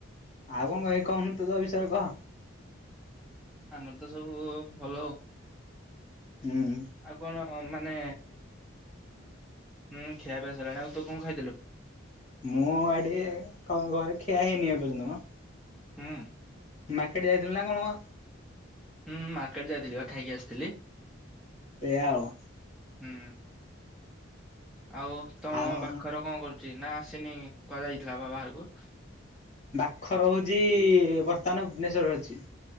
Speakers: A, on the left (about 35°); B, in the centre.
A: ଆଉ କଣ କହିବି କହୁନୁ ତୁ ତୋ ବିଷୟ କହ
B: ଆମର ତ ସବୁ ଭଲ ଉ।
A: ହୁଁ ହୁଁ।
B: କଣ ମାନେ ହୁଁ ଖିଆ ପିଆ ସଇଲାଣି ଆଉ ତୁ କଣ ଖାଇଥିଲୁ?
A: ମୁଁ ଏଠି କଁ ଘରେ ଖିଆ ହେଇନି ଏ ପର୍ଯ୍ୟନ୍ତ ମ।
B: ହୁଁ।
A: ମାର୍କେଟ୍ ଯାଇଥିଲୁ ନା କ ମ
B: ହୁଁ ମାର୍କେଟ୍ ଯାଇଥିଲି ବା ଖାଇକି ଆସିଥିଲି।
A: ସେଇଆ ଉ।
B: ହୁଁ ଆଉ ତମ
A: ଆଉ
B: ବାଖର କଣ କରୁଛି ନା ଆସିନି କୁଆ ଯାଇଥିଲା ବା ବାହାରକୁ
A: ବାଖ ରହୁଚି ବର୍ତ୍ତମାନ ଭୁବନେଶ୍ୱରରେ ଅଛି।